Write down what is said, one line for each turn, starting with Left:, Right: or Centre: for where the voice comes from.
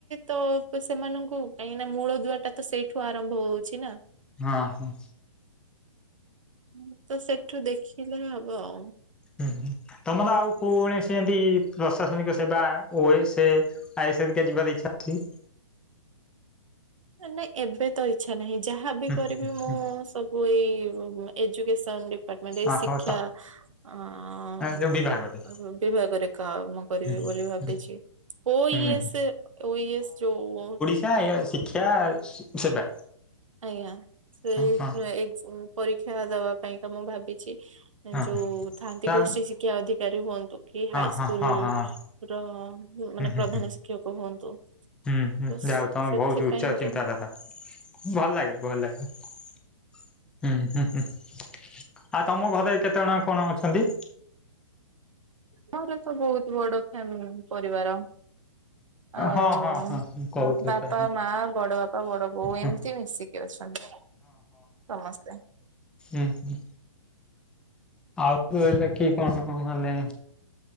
Right: ତ ପ୍ ସେମାନଙ୍କୁ କାହିଁକି ନା ମୂଳ ଦୁଆ ଟା ତ ସେଇଠୁ ଆରମ୍ଭ ହଉଚି ନା।
Centre: ହଁ ହଁ।
Right: ଉଁ ତ ସେଠୁ ଦେଖିଲେ ହବ ଆଉ।
Centre: ଉଁ ହୁଁ ତମର ଆଉ କୌଣସି ଏମତି ପ୍ରଶାସନିକ ସେବା ହୁଏ। ସେ ଆଇ ସେମତିଆ ଯିବାର ଇଚ୍ଛା ଅଛି।
Right: ନାଇଁ ଏବେ ତ ଇଚ୍ଛା ନାହିଁ। ଯାହାବି
Centre: ହୁଁ
Right: କରିବି ମୁଁ
Centre: ହୁଁ
Right: ସ ସବୁ ଏଇ ଏଜୁକେସନ ଡି ପାଟମେଣ୍ଟ ଏଇ
Centre: ଅ
Right: ଶିକ୍ଷା
Centre: ହଉ ତ
Right: ଅଁ
Centre: ଯୋଉ ବିଭାଗରେ
Right: ବିବାଗରେ ଖାମ। କରିବି
Centre: ହୁଁ
Right: ବୋଲି ଭାବିଛି।
Centre: ହୁଁ
Right: ଓଇଏସ୍
Centre: ହୁଁ
Right: ଓୟେସ୍ ଯୋଉ
Centre: ୟା ୟାର ଶିକ୍ଷା ସେବା।
Right: ଆଜ୍ଞା ସେଇ
Centre: ହଁ ହଁ
Right: ଏକ୍ଜା ପରୀକ୍ଷା ଦବା ପାଇଁକା ମୁଁ ଭାବିଚି।
Centre: ହଁ
Right: ଯୋଉ ଥାଆନ୍ତି
Centre: ହଁ
Right: ଗୋଷୀ ଶିକ୍ଷା ଅଧିକାରୀ ହୁଅନ୍ତୁ। କି ହାଇସ୍କୁଲ
Centre: ହଁ ହଁ ହଁ
Right: ର
Centre: ହୁଁ
Right: ମାନେ
Centre: ହୁଁ
Right: ପ୍ରଧାନ
Centre: ହୁଁ
Right: ଶିକ୍ଷକ ହୁଅନ୍ତୁ।
Centre: ହୁଁ ହୁଁ
Right: ତ
Centre: ଯାହା ହଉ ତମେ
Right: ସେଥିପାଇଁକା
Centre: ବହୁତ୍ ଉଚ୍ଚ ଚିନ୍ତାଧାରା। ଭଲ ଲାଗିଲା ଭଲ ଲାଗିଲା। ଉୁଁ ହୁଁ ହୁଁ। ଆଉ ତମ ଘରେ କେତେ ଅଣ କଣ ଅଛନ୍ତି?
Right: ମୋର ତ ବହୁତ୍ ବଡ ଫ୍ୟାମି ପରିବାର। ଆଉ
Centre: ହଁ ହଁ ହଁ କହୁଥିଲେ
Right: ବାପା
Centre: ପ୍ରାୟ
Right: ମା ବଡ ବା ତ ବଡ ବୋଉ
Centre: ହଁ
Right: ଏମତି ମିଶିକି ଅଛନ୍ତି ସମସ୍ତେ।
Centre: ଉଁ ହୁଁ ଆଉ ଲେଖିକି କଣ ମାନେ